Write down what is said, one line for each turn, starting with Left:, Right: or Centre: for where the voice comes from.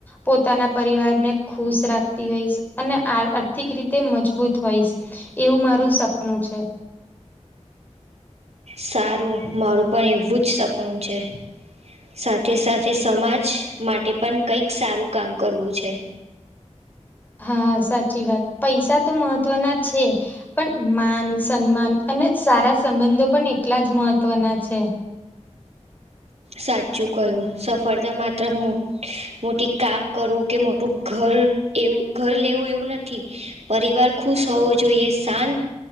Left: પોતાના પરિવાર ને ખુશ રાખતી હોઈશ. અને આ આર્થિક રીતે મજબૂત હોઈશ એવું મારું સપનું છે.
Right: સારું મારું પણ એવું જ સપનું છે. સાથે સાથે સમાજ માટે પણ કંઈક સારું કામ કરવું છે.
Left: હા, સાચી વાત પૈસા તો મહત્વના છે પણ માન સન્માન અને સારા સંબંધો પણ એટલા જ મહત્વના છે.
Right: સાચું કયું સફળતા માત્ર મો મોટી કામ કરવું કે મોટું ઘર એવું ઘર લેવું એવું નથી પરિવાર ખુશ હોવો જોઈએ શાંત